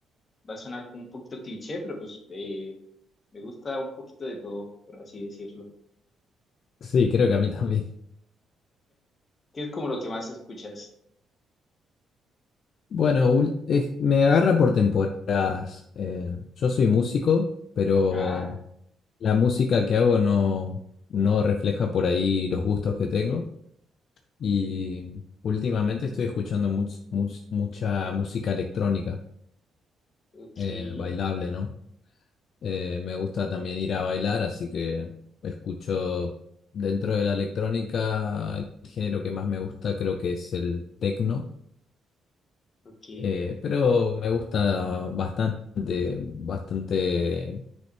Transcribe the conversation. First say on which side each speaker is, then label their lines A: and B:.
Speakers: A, on the left; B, on the left.
A: va a sonar como un poquito cliché, pero pues eh, me gusta un poquito de todo, por así decirlo.
B: Sí, creo que a mí <laughs> también.
A: ¿Qué es como lo que más escuchas?
B: Bueno, ul- es- me agarra por temporadas. Eh, yo soy músico, pero
A: Ah,
B: la música que hago no, no refleja por ahí los gustos que tengo. Y últimamente estoy escuchando much- much- mucha música electrónica,
A: ok,
B: eh, bailable, ¿no? Eh, me gusta también ir a bailar, así que escucho dentro de la electrónica, el género que más me gusta creo que es el techno,
A: ok,
B: eh, pero me gusta bastante, bastante,